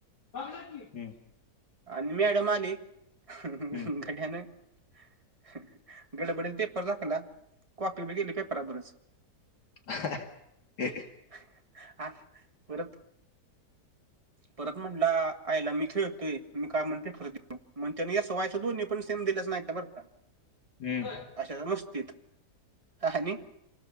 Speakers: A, on the left (about 75°); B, on the right (about 20°).
A: हम्म.
B: आणि मॅडम आलि हं हं
A: हम्म
B: हं गड्यानं. अह ह ह गडबडीचे पेपर झापला कॉफी बी गेली पेपरा बरोबरच.
A: <unintelligible>
B: अहं हं हा परत. परत म्हणला आयला मी खेळतोय मी काय म्हणून पेपर दिलो म्हणतोय मी एफ वायची दोन्ही पण. सेम दिलंच नाहीतं बर का.
A: हम्म
B: कशाच्या मस्तीत आणि.